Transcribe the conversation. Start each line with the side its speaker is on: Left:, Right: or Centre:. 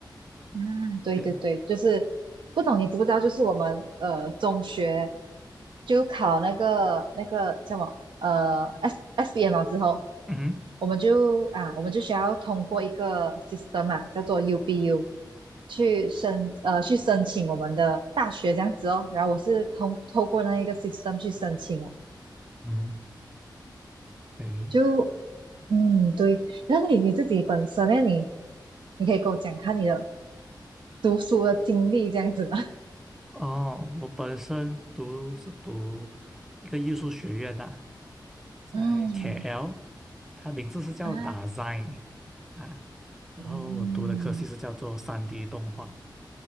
Centre: 嗯对，
Right: 嗯，对对对，就是不懂你知不知道？就是我们呃中学就考那个那个叫什么呃 S S B M 了之后，
Centre: 嗯哼
Right: 我们就啊我们就需要通过一个 system 嘛、叫做 U B U 去申呃去申请我们的大学这样子哦。然后我是通透过那一个 system 去申请哦，
Centre: 嗯，诶，
Right: 就嗯对。然后你你自己本身呢，你你可以跟我讲看你的读书的经历这样子吗？
Centre: 哦，我本身读是读一个艺术学院的，在
Right: 嗯
Centre: KL，它名字是叫
Right: 啊，
Centre: Design 啊，然后我读的科系是叫做三
Right: 嗯，
Centre: d 动画。